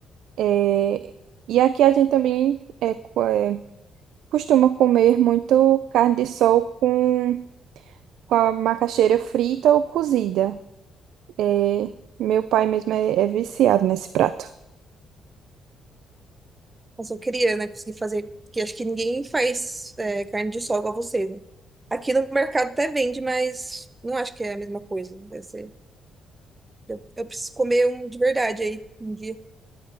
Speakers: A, on the right (about 80°); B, on the right (about 20°).
A: É, E aqui a gente também é, co- é, costuma comer muito carne de sol com, com a macaxeira frita ou cozida. É, Meu pai mesmo é, é viciado nesse prato.
B: mas eu queria, né? Conseguir fazer. Porque acho que ninguém faz é, carne de sol igual você, né? Aqui no mercado até vende, mas não acho que é a mesma coisa. Deve ser. Eu, eu preciso comer um de verdade aí um dia.